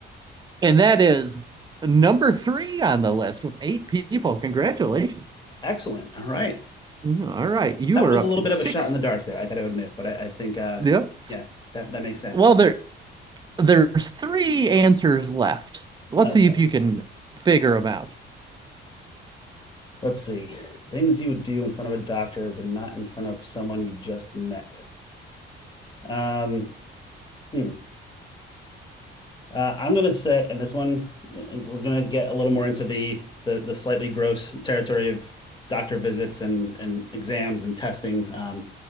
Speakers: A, on the right; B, on the left.
A: And that is number three on the list with eight people. Congratulations.
B: Excellent. All right.
A: Mhm, All right, you
B: That one
A: are
B: was
A: up
B: a little
A: to
B: bit
A: six.
B: of a shot in the dark there, I got to admit, but I, I think, uh,
A: Yep.
B: yeah, that, that makes sense.
A: Well, there there's three answers left. Let's
B: Okay.
A: see if you can figure them out.
B: Let's see. Things you would do in front of a doctor, but not in front of someone you just met. Um, hmm. Uh, I'm gonna say, and this one, uh, we're gonna get a little more into the the, the slightly gross territory of doctor visits and and exams and testing. Um,